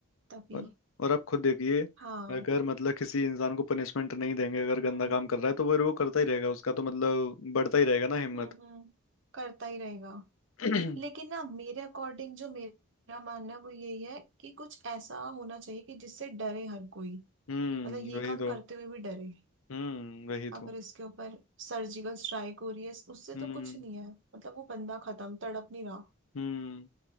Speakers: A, on the right (about 60°); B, on the left (about 75°).
A: तभी
B: और और आप खुद देखिए
A: हाँ
B: अगर मतलब किसी इंसान को पनिशमेंट नहीं देंगे अगर
A: हम्म
B: गंदा काम कर रहा है तो फिर वो करता ही रहेगा उसका तो मतलब बढ़ता ही रहेगा ना हिम्मत
A: हम्म हम्म, करता ही रहेगा
B: <clears throat>
A: लेकिन ना मेरे अकॉर्डिंग जो मेरा मानना है वो यही है कि कुछ ऐसा होना चाहिए कि जिससे डरे हर कोई
B: हम्म
A: मतलब ये
B: वही
A: काम
B: तो
A: करते हुए भी डरे
B: हम्म वही
A: अगर
B: तो
A: इसके ऊपर सर्जिकल स्ट्राइक हो रही है उससे
B: हम्म
A: तो कुछ नहीं है मतलब वो बंदा खत्म तड़प नहीं रहा
B: हम्म